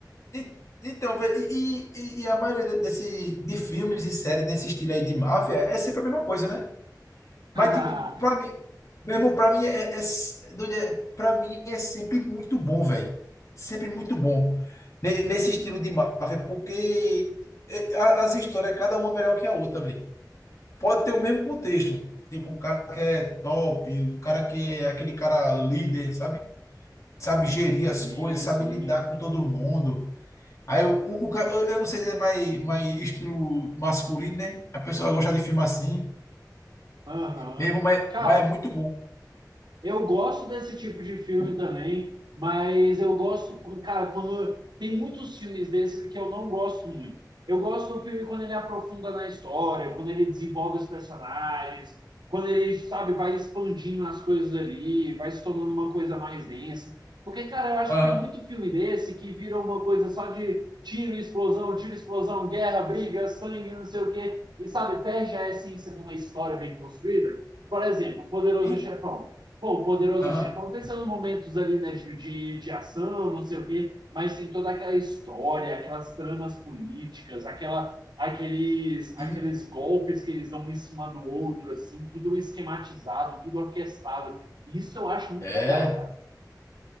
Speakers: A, on the left; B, on the right.
A: E- Então, vê, e, e, e a maioria de- desse, de filmes e séries desse estilo aí de máfia é sempre a mesma coisa, né? Mas,
B: <laughs>
A: tipo, pra mim, mesmo pra mim é, é, é doido, é- pra mim é sempre muito bom, velho. Sempre muito bom. Ne- Nesse estilo de Marvel, porque é, a- as histórias, cada uma é melhor que a outra, velho. Pode ter o mesmo contexto. Tipo, um cara que é top, um cara que é aquele cara líder, sabe? Sabe gerir as
B: sim,
A: coisas, sabe
B: sim.
A: lidar com todo mundo. Aí o, o, o cara- eu, eu não sei se é mais, mais estilo masculino, né? A pessoa gosta de filme assim,
B: Aham.
A: mesmo, mas,
B: Cara,
A: mas é muito
B: Eu gosto desse tipo de filme também, mas eu gosto, cara, quando tem muitos filmes desses que eu não gosto muito. Eu gosto do filme quando ele aprofunda na história, quando ele desenvolve os personagens, quando ele, sabe, vai expandindo as coisas ali, vai se tornando uma coisa mais densa. Porque, cara, eu acho
A: bom.
B: que tem muito filme desse que vira uma coisa só de tiro, explosão, tiro, explosão, guerra, briga, sangue, não sei o quê, e, sabe, perde a essência de uma história bem construída. Por exemplo, Poderoso
A: E,
B: Chefão. Pô, o poderoso
A: aham,
B: chefão tem seus momentos ali, né, de, de, de ação, não sei o quê, mas tem toda aquela história, aquelas tramas políticas, aquela, aqueles,
A: e,
B: aqueles golpes que eles dão um em cima do outro, assim, tudo esquematizado, tudo orquestrado. Isso eu acho muito
A: é,
B: legal, cara.